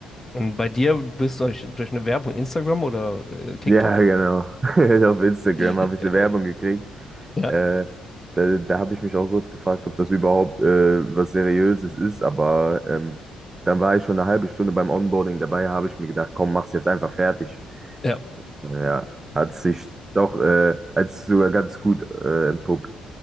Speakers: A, on the left; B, on the right.
A: und bei dir bist du durch, durch eine Werbung Instagram oder äh, TikTok
B: Ja,
A: oder
B: genau.
A: so?
B: <laughs> Auf Instagram
A: <laughs>
B: habe ich
A: Äh,
B: eine Werbung gekriegt.
A: ja,
B: Äh, da da habe ich mich auch kurz gefragt, ob das überhaupt äh, was Seriöses ist, aber ähm, dann war ich schon eine halbe Stunde beim Onboarding dabei, habe ich mir gedacht, komm, mach's jetzt einfach fertig.
A: ja.
B: Ja, hat sich doch äh, als sogar ganz gut äh, entpuppt.